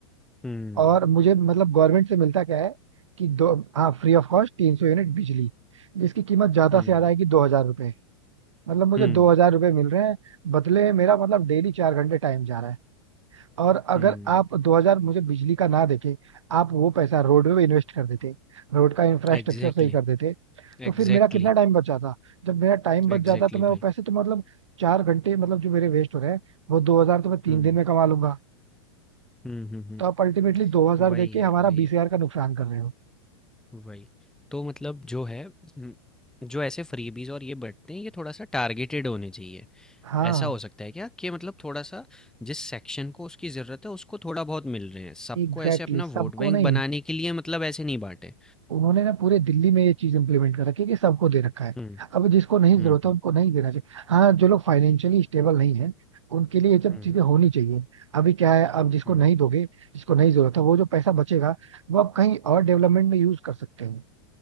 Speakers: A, in the centre; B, on the right.
A: हम्म
B: और मुझे मतलब गवर्नमेंट से मिलता क्या है कि दो हाँ फ्री ऑफ कॉस्ट तीन सौ यूनिट बिजली जिसकी कीमत ज्यादा
A: हम्म
B: से ज्यादा आएगी दो हजार रुपए मतलब मुझे
A: हुँ,
B: दो हजार रुपए मिल रहे हैं बदले में मेरा मतलब डेली चार घंटे टाइम जा रहा है और अगर
A: हुँ।
B: आप 2000 मुझे बिजली का ना देके आप वो पैसा रोड में इन्वेस्ट कर देते रोड का इंफ्रास्ट्रक्चर
A: एग्ज़ैक्टली,
B: सही कर देते तो
A: एग्ज़ैक्टली,
B: फिर मेरा कितना टाइम बच जाता जब मेरा टाइम बच
A: एग्ज़ैक्टली
B: जाता तो मैं वो
A: भाई।
B: पैसे तो मतलब चार घंटे मतलब जो मेरे वेस्ट हो रहे हैं वो 2000 तो मैं तीन
A: हुँ,
B: दिन में कमा लूंगा
A: हुँ, हुँ, हुँ।
B: तो आप अल्टीमेटली 2000
A: वही
B: देके
A: है,
B: हमारा
A: वही
B: 20000
A: है,
B: का नुकसान कर रहे हो
A: वही। तो मतलब जो है हुँ, जो ऐसे फ्रीबीज़ और ये बँटते हैं, ये थोड़ा-सा टारगेटेड होने चाहिए।
B: हाँ
A: ऐसा हो सकता है क्या कि मतलब थोड़ा-सा जिस सेक्शन को उसकी ज़रूरत है, उसको थोड़ा बहुत मिल रहे हैं। सबको
B: एग्जैक्टली
A: ऐसे अपना
B: exactly,
A: वोट
B: सबको
A: बैंक
B: नहीं
A: बनाने के लिए मतलब ऐसे नहीं बाँटे।
B: उन्होंने ना पूरे दिल्ली में ये चीज इम्प्लीमेंट कर रखी है कि सबको दे रखा है
A: हुँ,
B: अब जिसको नहीं
A: हुँ,
B: जरूरत
A: हुँ।
B: है उनको नहीं देना चाहिए हाँ जो लोग फाइनेंशियली स्टेबल नहीं है उनके लिए ये सब
A: हुँ,
B: चीजें होनी चाहिए अभी क्या है अब जिसको
A: हुँ।
B: नहीं दोगे जिसको नहीं जरूरत है वो जो पैसा बचेगा वो आप कहीं और डेवलपमेंट में यूज कर सकते हो